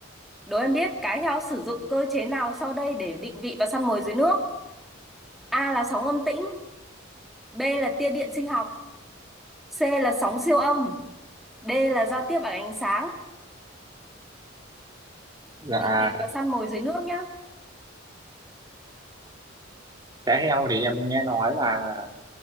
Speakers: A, in the centre; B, on the right.
A: đố em biết cái heo sử dụng cơ chế nào sau đây để định vị và săn mồi dưới nước? A là sóng âm tĩnh, B là tia điện sinh học, C là sóng siêu âm, D là giao tiếp bằng ánh sáng.
B: dạ
A: Định vị và săn mồi dưới nước nhá.
B: cá heo thì em nghe nói là